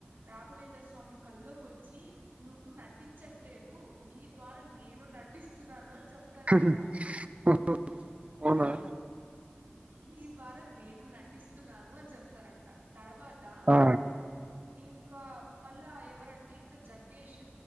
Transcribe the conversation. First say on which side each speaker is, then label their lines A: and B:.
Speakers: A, on the right (about 60°); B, on the right (about 30°).
A: రాఘవేంద్ర స్వామి కల్లోకి వచ్చి నువ్వు నటించట్లేదు. నీ ద్వారా నేను నటిస్తున్నాను అని చెప్తారంట
B: ఉ ఉ అవునాండి
A: మీ ద్వారా నేను నటిస్తున్నాను అని చెప్తారంట తర్వాత్ ట
B: ఆ
A: ఇంకా మళ్ళా ఎవరంటే ఇంకా జగ్గేష్